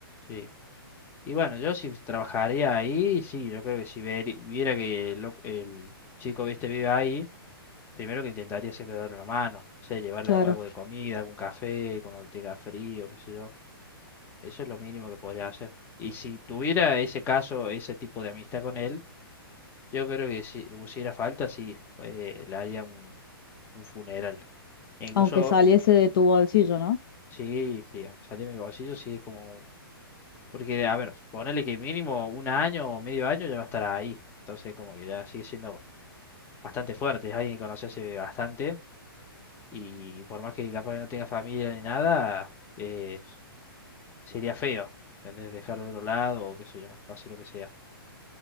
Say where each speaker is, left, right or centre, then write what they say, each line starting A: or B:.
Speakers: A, on the left (about 15°); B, on the left (about 60°).
A: sí. Y bueno, yo si trabajaría ahí, sí, yo creo que si veri- viera que el, loc- el chico, viste, vive ahí, primero que intentaría siempre darle una mano, o sea, llevarle
B: Claro,
A: algo, algo de comida, algún café, cuando tenga frío, qué sé yo. Eso es lo mínimo que podría hacer. Y si tuviera ese caso, ese tipo de amistad con él, yo creo que si hubiera falta, sí, eh, le haría un, un funeral. E incluso,
B: aunque saliese de tu bolsillo, ¿no?
A: sí, sí, aunque saliera de mi bolsillo, sí es como Porque, a ver, ponele que mínimo un año o medio año ya va a estar ahí. Entonces, como que ya sigue siendo bastante fuerte. Es alguien que conoce hace bastante. Y por más que capaz que no tenga familia ni nada, eh, sería feo. ¿Entendés? Dejarlo al otro lado o qué sé yo, pase lo que sea.